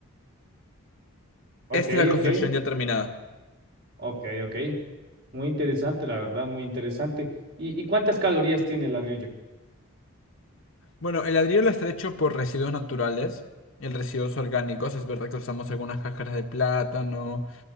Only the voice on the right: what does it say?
Ok,
ok,
ok, ok. Muy interesante, la verdad, muy interesante. ¿Y, y cuántas calorías tiene el ladrillo?